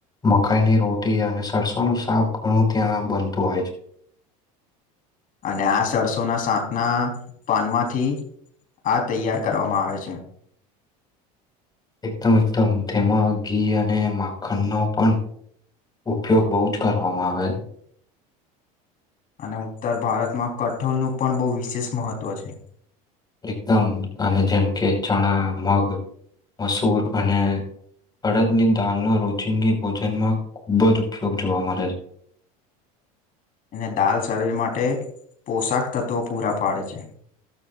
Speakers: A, on the left; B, on the left.
A: મકાઈની રોટી અને સરસોનું શાક ઘણું ત્યાં બનતું હોય છે.
B: અને આ સરસોના શાકના પાનમાંથી. આ તૈયાર કરવામાં આવે છે.
A: એકદમ એકદમ <unintelligible> ઉપયોગ બહુ જ કરવામાં આવે છે.
B: અને ઉત્તર ભારતમાં કઠોળનું પણ બહુ વિશેષ મહત્ત્વ છે.
A: એકદમ અને જેમ કે ચણા, મગ, મસૂર અને અડદની દાલનો રોજિંદી ભોજનમાં ખૂબ જ ઉપયોગ જોવા મલે છે.
B: <inaudible> અને દાલ શરીર માટે પોશાક તત્ત્વો પૂરા પાડે છે.